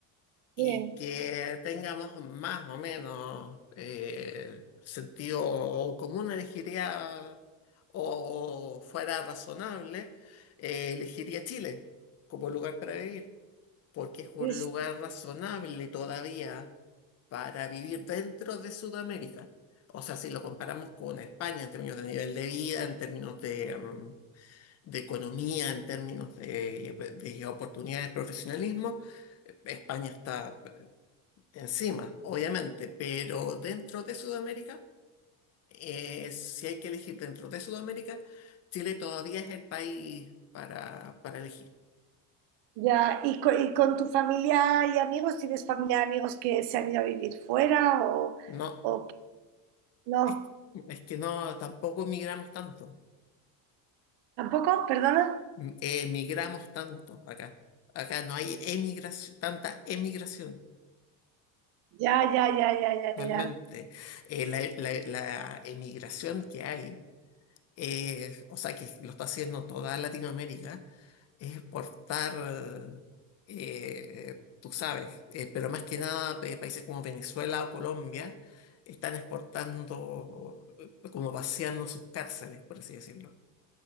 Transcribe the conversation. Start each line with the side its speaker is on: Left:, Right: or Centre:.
Left: y
Right: Sí,
Left: que tengamos más o menos eh, sentido común, elegiría o fuera razonable, eh, elegiría Chile como lugar para vivir, porque es un
Right: sí, sí.
Left: lugar razonable todavía para vivir dentro de Sudamérica. O sea, si lo comparamos con España en términos de nivel de vida, en términos de, mm, de economía, en términos de, de oportunidades, profesionalismo, España está encima, obviamente, pero dentro de Sudamérica, eh, si hay que elegir dentro de Sudamérica, Chile todavía es el país para, para elegir.
Right: Ya, ¿y co- y con, tu familia y amigos? ¿Tienes familia y amigos que se han ido a vivir fuera o,
Left: No,
Right: o que- no?
Left: es, es que no, tampoco migramos tanto,
Right: ¿Tampoco? ¿Perdona?
Left: M- emigramos tanto acá. Acá no hay emigración, tanta emigración.
Right: Ya, ya, ya, ya, ya,
Left: Realmente,
Right: ya.
Left: Eh, la, la la emigración que hay eh, o sea, que lo está haciendo toda Latinoamérica, es exportar, eh, tú sabes, eh, pero más que nada eh, países como Venezuela o Colombia están exportando, eh, como vaciando sus cárceles, por así decirlo.